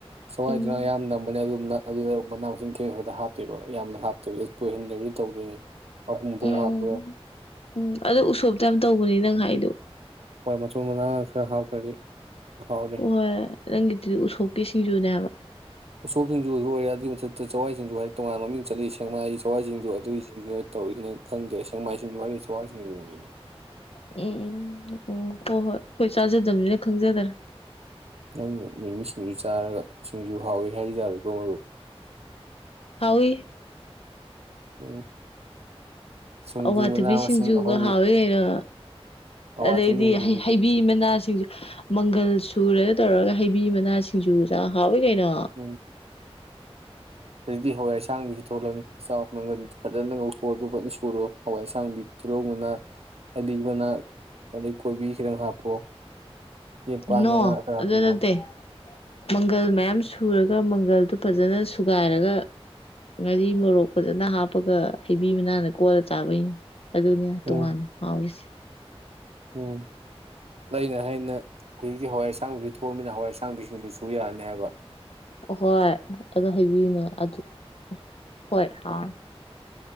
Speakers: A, on the right; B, on the left.
A: ꯆꯋꯥꯏꯗꯨꯅ
B: ꯎꯝ
A: ꯑꯌꯥꯝ ꯅꯝꯕꯅꯦ ꯑꯗꯨꯝꯅ ꯑꯗꯨꯗ ꯃꯅꯥ ꯃꯁꯤꯡ ꯈꯦ ꯈꯔꯗ ꯍꯥꯞꯇꯣꯏꯕ ꯌꯥꯝꯅ ꯍꯥꯞꯇꯣꯏꯕ ꯇꯣꯏꯍꯟꯗꯕꯤꯗꯤ ꯇꯧꯗꯣꯏꯅꯤ ꯃꯄꯨꯝ ꯄꯨꯝ
B: ꯎꯝ
A: ꯍꯥꯞꯄꯦ
B: ꯎꯝ ꯑꯗꯨ ꯎꯁꯣꯞꯇ ꯌꯥꯝ ꯇꯧꯕꯅꯤ ꯅꯪ ꯍꯥꯏꯗꯣ
A: ꯍꯣꯏ ꯃꯆꯨ ꯃꯅꯥ ꯈꯔ ꯍꯥꯞꯇ꯭ꯔꯗꯤ ꯍꯥꯎꯔꯤꯦ
B: ꯍꯣꯏ ꯅꯪꯒꯤꯗꯨꯗꯤ ꯎꯁꯣꯞꯀꯤ ꯁꯤꯡꯖꯨꯅꯦꯕ
A: ꯑꯁꯣꯞꯁꯤꯡꯁꯨ ꯂꯣꯏꯔꯦ ꯑꯗꯨꯏ ꯃꯊꯛꯇ ꯆꯋꯥꯏꯁꯤꯡꯁꯨ ꯍꯥꯏꯗꯤ ꯇꯣꯉꯥꯟꯕ ꯃꯃꯤꯡ ꯆꯠꯂꯤ ꯁꯦꯡꯃꯥꯏ ꯆꯋꯥꯏ ꯁꯤꯡꯁꯨ ꯑꯗꯨꯒꯤꯁꯤꯡ ꯇꯧꯔꯤꯁꯤꯅ ꯈꯪꯗꯦ ꯁꯦꯡꯃꯥꯏꯁꯤꯡꯁꯨ ꯍꯥꯏ ꯁꯋꯥꯔꯁꯤꯡꯁꯨ ꯌꯨꯅꯤꯅꯦ
B: ꯎꯝ ꯎꯝ ꯑꯣ ꯍꯣꯏ ꯍꯣꯏ ꯑꯩꯈꯣꯏ ꯆꯥꯖꯗꯕꯅꯤꯅ ꯈꯪꯖꯗꯔꯦ
A: ꯅꯪꯅ ꯃꯤꯃꯤꯁꯤꯡꯁꯨ ꯆꯥꯔꯒ ꯁꯤꯡꯁꯨ ꯍꯥꯎꯋꯤ ꯍꯥꯏꯔꯤꯇꯥꯥꯔꯦꯀꯣ ꯃꯗꯨ
B: ꯍꯥꯎꯏ
A: ꯎꯝ ꯁꯤꯡꯖꯨ
B: ꯑꯋꯥꯊꯕꯤꯁꯤꯡꯁꯨꯒ
A: ꯃꯅꯥ ꯃꯁꯤꯡ ꯑꯩꯈꯣꯏꯒꯤ
B: ꯍꯥꯎꯋꯤ ꯀꯩꯅꯣ
A: ꯑꯋꯥꯊꯕꯤꯁꯤꯡꯖꯨꯗꯨꯗꯤ
B: ꯑꯗꯩꯗꯤ ꯍꯩꯕꯤ ꯃꯅꯥꯁꯤꯡꯁꯨ ꯃꯪꯒꯜ ꯁꯨꯔꯒ ꯇꯧꯔꯒ ꯍꯩꯕꯤ ꯃꯅꯥ ꯁꯤꯡꯖꯨ ꯆꯥꯛ ꯍꯥꯎꯏꯤ ꯀꯩꯅꯣ
A: ꯎꯝ
B: ꯎ
A: ꯑꯗꯨꯛꯇꯗꯤ ꯍꯋꯥꯏ ꯍꯁꯥꯡꯗꯤꯁꯨ ꯊꯣꯛꯂꯕꯅꯤ ꯆꯥꯎ ꯅꯪꯒꯅꯤ ꯐꯖꯅ ꯉꯧꯊꯣꯛꯑ ꯑꯗꯨ ꯐꯖꯅ ꯁꯨꯔꯣ ꯍꯋꯥꯏ ꯑꯁꯥꯡꯗꯤ ꯇꯤꯜꯍꯧ ꯃꯅꯥ ꯍꯥꯏꯗꯤ ꯏꯃꯅꯥ ꯑꯗꯩ ꯀꯣꯕꯤ ꯈꯤꯇꯪ ꯍꯥꯞꯄ <unintelligible>
B: ꯅꯣ ꯑꯗꯨ ꯅꯠꯇꯦ ꯃꯪꯒꯜ ꯃꯌꯥꯝ ꯁꯨꯔꯒ ꯃꯪꯒꯜꯗꯨ ꯐꯖꯅ ꯁꯨꯒꯥꯏꯔꯒ ꯉꯥꯔꯤ ꯃꯣꯔꯣꯛ ꯐꯖꯅ ꯍꯥꯞꯄꯒ ꯍꯩꯕꯤ ꯃꯅꯥꯟꯒ ꯀꯣꯜꯂꯒ ꯆꯥꯕꯩꯅꯤ ꯑꯗꯨꯅꯦ
A: ꯎꯝ
B: ꯇꯣꯉꯥꯟꯅ ꯍꯥꯎꯔꯤꯁꯦ
A: ꯎꯝ ꯑꯩꯅ ꯍꯥꯏꯅ ꯍꯧꯖꯤꯛꯇꯤ ꯍꯋꯥꯏ ꯑꯁꯥꯡꯁꯨ ꯊꯣꯛꯑꯕꯅꯤꯅ ꯍꯋꯥꯏ ꯑꯁꯥꯡꯕꯤꯁꯤꯡꯁꯨ ꯁꯨ ꯌꯥꯔꯅꯤ ꯍꯥꯏꯕ
B: <unintelligible>